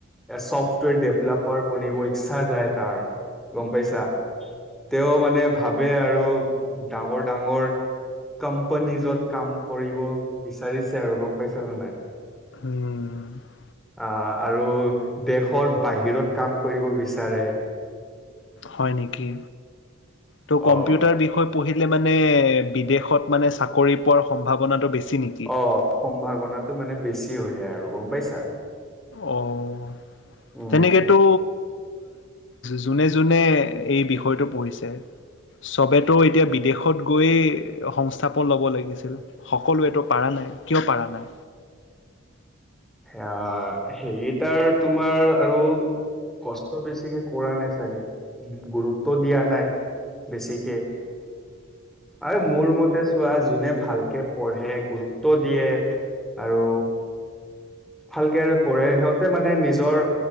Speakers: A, in the centre; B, on the left (about 65°).
A: চফ্টৱেৰ ডেভলপাৰ বনিব ইচ্ছা যায়। কাৰণ গম পাইছা। তেওঁ মানে ভাবে আৰু ডাঙৰ ডাঙৰ কোম্পানীযত কাম কৰিব বিচাৰিছে আৰু গম পাইছে ন নাই।
B: উম।
A: অ', আৰু দেশৰ বাহিৰত কাম কৰিব বিচাৰে।
B: হয় নেকি? ত' কম্পিউটাৰ
A: অ
B: বিষয়ে পঢ়িলে মানে বিদেশত মানে চাকৰি পোৱাৰ সম্ভাৱনাটো বেছি নেকি?
A: অ', সম্ভাৱনাটো মানে বেছি হৈ যায় আৰু গম পাইছা।
B: অ'।
A: উম
B: তেনেকেতো যোনে যোনে এই বিষয়টো পঢ়িছে। চবেতো এতিয়া বিদেশত গৈয়ে সংস্থাপন ল'ব লাগিছিল। সকলোৱেটো পাৰা নাই কিয় পাৰা নাই?
A: অ', সেই কিতাৰ তোমাৰ আৰু কষ্ট বেছিকে কৰা নাই চাগে। গুৰুত্ব দিয়া নাই বেছিকে আৰু মোৰ মতে চোৱা যোনে ভালকে পঢ়ে গুৰুত্ব দিয়ে আৰু ভালকে আৰু কৰে সিহঁতে মানে নিজৰ